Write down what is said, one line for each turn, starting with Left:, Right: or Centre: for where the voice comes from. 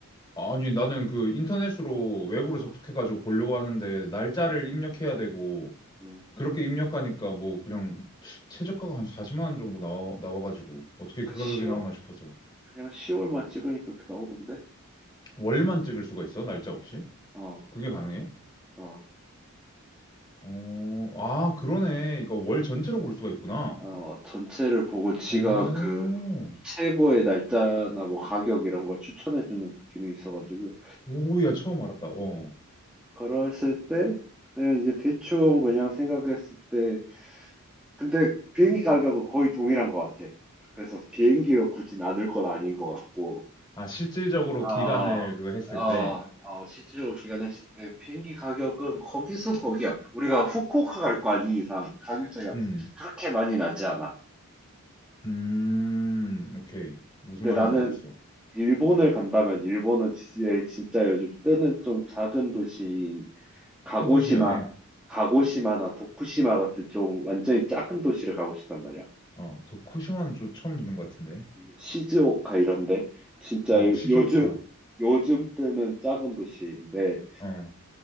Left: 아니, 나는 그 인터넷으로 웹으로
Centre: 아,
Left: 접속해가지고 보려고 하는데, 날짜를 입력해야 되고,
Centre: 음.
Left: 그렇게 입력하니까 뭐 그냥 최저가가 한 40만 원 정도 나와, 나와가지고,
Centre: 그냥
Left: 어떻게
Centre: 그냥
Left: 그 가격이
Centre: 시월,
Left: 나오나 싶어서.
Centre: 그냥 시월만 찍으니까 그렇게 나오던데?
Left: 월만 찍을 수가 있어? 날짜 없이?
Centre: 어,
Left: 그게 가능해?
Centre: 어,
Left: 어, 아, 그러네. 이거 월 전체로 볼 수가 있구나.
Centre: 어, 전체를 보고 지가
Left: 오
Centre: 그 최고의 날짜나 뭐 가격 이런 걸 추천해주는 기능이 있어가지고,
Left: 오야, 처음 알았다. 어.
Centre: 그랬을 때, 그냥 이제 대충 그냥 생각했을 때, 근데 비행기 가격은 거의 동일한 것 같아. 그래서 비행기로 굳이 나눌 건 아닌 것 같고.
Left: 아, 실질적으로
Centre: 아,
Left: 기간을 그거 했을
Centre: 아,
Left: 때.
Centre: 아, 실제로 기간했을 때 비행기 가격은 거기서 거기야. 우리가 후쿠오카 갈 거 아닌 이상 가격 차이가
Left: 음,
Centre: 그렇게 많이 나지 않아.
Left: 음, 오케이. 무슨
Centre: 근데
Left: 말인지
Centre: 나는
Left: 알겠어.
Centre: 일본을 간다면 일본은 진짜, 진짜 요즘 뜨는 좀 작은 도시인 가고시마,
Left: 소도시 여행.
Centre: 가고시마나 도쿠시마 같은 좀 완전히 작은 도시를 가고 싶단 말이야.
Left: 어, 도쿠시마는 좀 처음 듣는 것 같은데.
Centre: 시즈오카 이런데 진짜
Left: 어,
Centre: 요-
Left: 시즈오카.
Centre: 요즘 요즘 때는 작은 도시인데
Left: 어,